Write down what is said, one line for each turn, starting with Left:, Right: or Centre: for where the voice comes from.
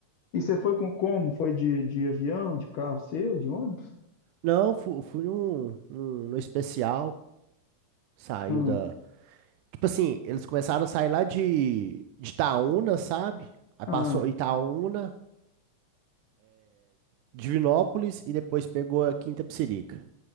Left: E você foi com como? Foi de, de avião, de carro seu, de ônibus?
Right: Não, fui, fui num, num, num especial, saiu
Left: Hum,
Right: da... Tipo assim, eles começaram a sair lá de, de Itaúna, sabe? Aí
Left: ah,
Right: passou Itaúna, Divinópolis e depois pegou a Quinta Psirica.